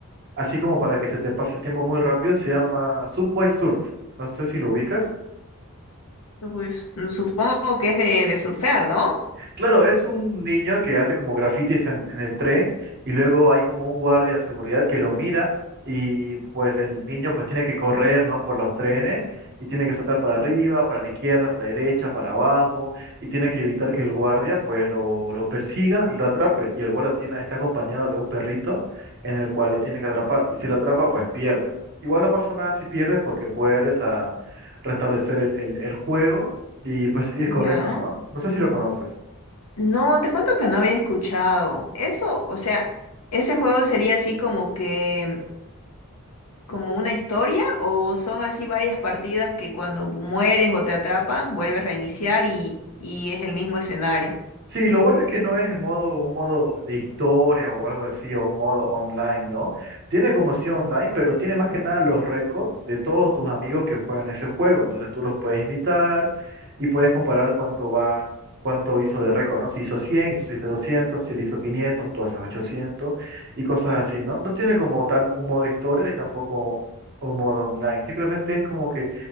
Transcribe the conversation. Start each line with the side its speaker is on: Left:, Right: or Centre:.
Right: así como para que se te pase el tiempo muy rápido, se llama Subway Surf. No sé si lo ubicas.
Left: Surf- Supongo que es de, de surfear, ¿no?
Right: Claro, es un niño que hace como grafitis en, en el tren y luego hay como un guardia de seguridad que lo mira y pues el niño pues tiene que correr, ¿no? Por los trenes y tiene que saltar para arriba, para la izquierda, para la derecha, para abajo y tiene que evitar que el guardia pues lo, lo persiga y lo atrape. Y el guardia tiene, está acompañado de un perrito en el cual lo tiene que atrapar y si lo atrapa pues pierde. Igual no pasa nada si pierdes porque vuelves a restablecer el, el el juego y pues ir
Left: Ya.
Right: corriendo, ¿no? No sé si lo conoces.
Left: No, te cuento que no había escuchado. Eso, o sea, ese juego sería así como que, como una historia, o son así varias partidas que cuando mueres o te atrapan, vuelves a reiniciar y, y es el mismo escenario.
Right: Sí, lo bueno es que no es en modo, un modo de historia o algo así, o un modo online, ¿no? Tiene como si online, pero tiene más que nada los récords de todos tus amigos que juegan ese juego. Entonces tú los puedes invitar y puedes comparar cuánto va, cuánto hizo de récord, ¿no? Si hizo 100 y tú hiciste 200, si él hizo 500, tú haces 800 y cosas así, ¿no? No tiene como tal un modo historia ni tampoco un modo online. Simplemente es como que